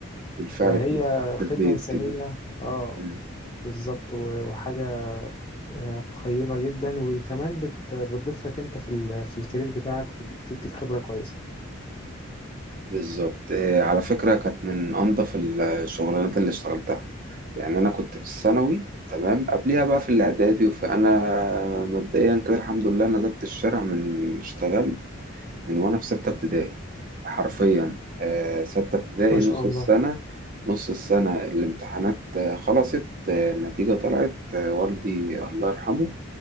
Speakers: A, on the right; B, on the left.
A: بالفعل
B: فهي
A: بتبقى تحت
B: خدمة
A: البيت
B: إنسانية
A: كده
B: أه
A: مم.
B: بالظبط و- وحاجة آه، قيمة جدا وكمان بت- بتضيف لك أنت في ال- في الكارير بتاعك وبتديك بتديك خبرة كويسة
A: بالظبط آه على فكرة كانت من انظف الشغلانات اللي اشتغلتها يعني انا كنت في الثانوي تمام قبليها بقى في الاعدادي وفي انا مبدئيا كده الحمد لله نزلت الشارع من اشتغلت من وانا في ستة ابتدائي حرفيا آه، ستة ابتدائي
B: ما شاء
A: نص
B: الله
A: السنة نص السنة الامتحانات آه، خلصت آه، النتيجة طلعت آه، والدي الله يرحمه